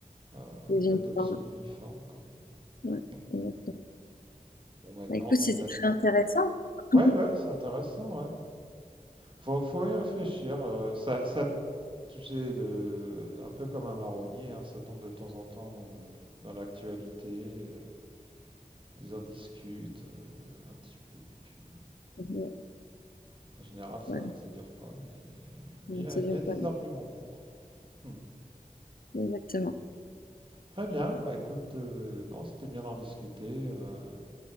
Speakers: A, on the right; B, on the left.
A: euh,
B: une
A: l'adoption
B: forme.
A: de l'uniforme, quoi.
B: Ouais,
A: Mm.
B: exactement.
A: Bon, maintenant,
B: Bah, écoute,
A: si
B: c'était
A: t'as.
B: très intéressant.
A: Ouais,
B: <laughs>
A: ouais, c'est intéressant, ouais. Faut, faut y réfléchir. euh, ça, ça tu sais, de, un peu comme un marronnier, hein, ça tombe de temps en temps dans le, dans l'actualité. euh, Ils en discutent euh, un petit peu. Puis, euh,
B: Ouais,
A: en général, ça
B: ouais.
A: ne dure pas, mais
B: Non,
A: il y, a-
B: ça
A: il
B: dure
A: y a des
B: pas. long.
A: arguments pour. Hmm.
B: Exactement.
A: Très bien, bah écoute, euh, non, c'était bien d'en discuter. euh,